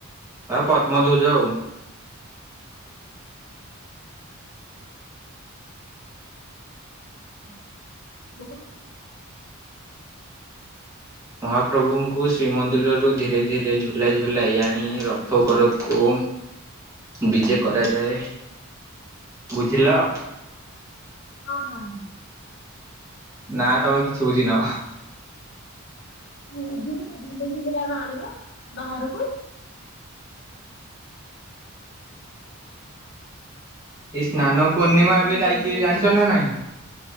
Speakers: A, on the right; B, on the left.
A: ଆଉ ପଦ୍ମଧ୍ୱଜ ଆଉ।
B: <unintelligible>
A: ମହାପ୍ରଭୁଙ୍କୁ ଶ୍ରୀମନ୍ଦିରରୁ ଧୀରେ ଧୀରେ ଝୁଲାଇ ଝୁଲାଇ ଆଣି ରଥ ଉପରକୁ ବିଜେ କରାଯାଏ। ବୁଝିଲ?
B: ହଁ ହଁ।
A: ନା ତମେ କିଛି ବୁଝିନ।
B: ମୁଁ ବୁଝିଲି ନା ଝୁଲେଇ ଝୁଲେଇ ଆମେ ଆଣିବା ବାହାରୁକୁ
A: ଏଇ ସ୍ନାନ
B: ତାପରେ କଣ
A: ପୂର୍ଣ୍ଣିମା
B: କରାଯାଏ
A: ଏବେ
B: ଝୁଲେଇ
A: ଯାଇଛି
B: ଝୁଲେଇ ଆଣିକି?
A: ଜାଣିଛ ନା ନାଇଁ